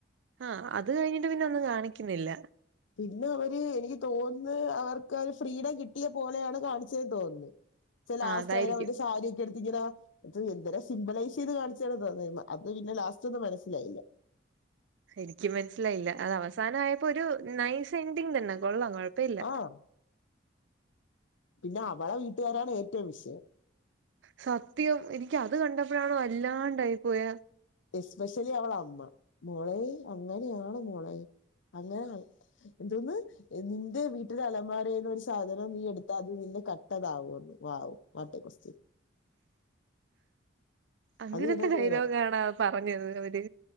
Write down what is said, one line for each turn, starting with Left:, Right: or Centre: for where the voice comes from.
Right: ആഹ് അത് കഴിഞ്ഞിട്ട് പിന്നെ ഒന്നും കാണിക്കുന്നില്ല.
Left: പിന്നെ ഓര് എനിക്ക് തോന്ന് അവർക്ക് ആ ഫ്രീഡം കിട്ടിയ പോലെയാണ് കാണിച്ചത് തോന്ന്ന്ന്.
Right: <inaudible>
Left: ഇ ലാസ്റ്റ്
Right: അതായിരിക്കും
Left: അവരുടെ സാരിയക്കെ <unintelligible> ഇങ്ങനെ എന്ത സിമ്പബലൈസ് ചെയ്ത് കാണിച്ചാണ് അത് പിന്നെ ലാസ്റ്റ് ഒന്നും മനസ്സിലായില്ല
Right: എനിക്കും മനസ്സിലായില്ല അത് അവസാനയപ്പോ ഒരു നൈസ് എൻഡിങ് തന്നെ കൊള്ളാം കൊഴപ്പല്ല
Left: ആഹ് പിന്നെ അവളെ വീട്ടുകാരാണ് ഏറ്റവും വിഷയം
Right: സത്യം എനിക്ക് അത് കണ്ടപ്പോഴാണോ വല്ലാണ്ടായി പോയെ
Left: എസ്പെഷ്യലി അവളെ അമ്മ ഐ അങ്ങനെയാണ് മോളെ അങ്ങനെ എന്തോന്ന്? എന്ത് വീട്ടിൽ അലമാരേന്ന് ഒരു സാധനം നീ എടുത്താൽ അത് നിന്നെ കട്ടതാവുംന്ന് വാവും മറ്റേ കോസ്റ്റൻ
Right: അങ്ങൻത്തെ
Left: അത് കേട്ടപ്പോ ഞാൻ
Right: ഡയലോഗാണോ പറഞ്ഞത് അവര്